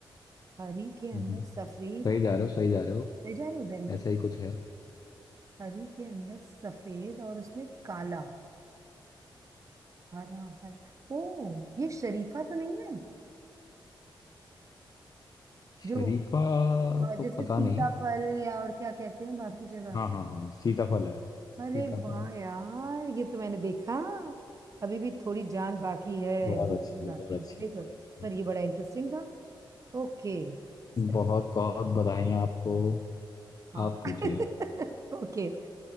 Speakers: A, on the right; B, on the left.
A: हरी के अंदर
B: हम्म
A: सफेद
B: सही जा रहे हो सही जा रहे हो
A: मिल जा रही हूँ वेरी गुड
B: ऐसा ही कुछ है
A: हरी के अंदर सफेद और उसमें काला हरा हरा ओ ये शरीफा तो नहीं है
B: शरीफा
A: जो अ,
B: तो
A: जैसे
B: पता
A: सीताफल
B: नहीं
A: या और क्या कहते हैं बाकी जगह
B: हाँ हाँ हाँ सीताफल है
A: अरे
B: सीताफल
A: वाह
B: है
A: यार ये तो मैंने देखा अभी भी थोड़ी जान बाकी है
B: बहुत
A: बुद्धि
B: अच्छे
A: बाकी
B: बहुत अच्छे
A: है very
B: बहुत
A: good।
B: अच्छे
A: पर ये बड़ा इंटरेस्टिंग था ओके सही
B: बहुत बहुत बधाई आपको
A: हाँ
B: आप पूछिए
A: <laughs> ओके